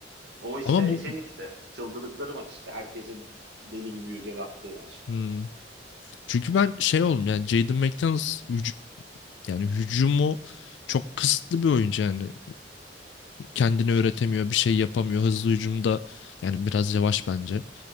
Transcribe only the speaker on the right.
O işte
şey işte çıldırdıkları maç işte. Herkesin deli gibi yüzeli attığı maç.